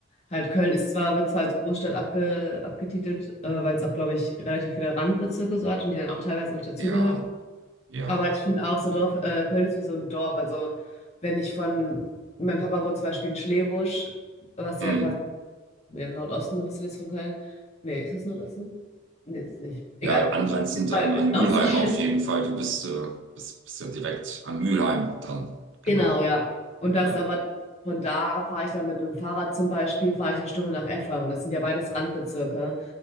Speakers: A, on the left; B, on the right.
A: halt Köln ist zwar, wird zwar als Großstadt abge, abgetitelt, äh, weil es auch, glaube ich, relativ viele Randbezirke so hat und die dann auch teilweise noch dazugehören.
B: ja, ja.
A: Aber ich finde auch, so Dorf, äh, Köln ist wie so ein Dorf. Also wenn ich von, mein Papa wohnt zum Beispiel in Schlebusch, was
B: Mhm.
A: ja quasi ja, im Nordosten so ein bisschen ist von Köln. Nee, ist das Nordosten? Nee, ist nicht. Egal.
B: Ja, angrenzend
A: Mal
B: an,
A: Ein bisschen
B: an
A: außerhalb.
B: Mülheim auf
A: <laughs>
B: jeden Fall. Du bist, äh, bist, bist ja direkt an Mülheim dann. Genau.
A: Genau, ja. Und das
B: Ja.
A: aber von da fahre ich dann mit einem Fahrrad zum Beispiel, fahre ich eine Stunde nach Efferen. Das sind ja beides Randbezirke.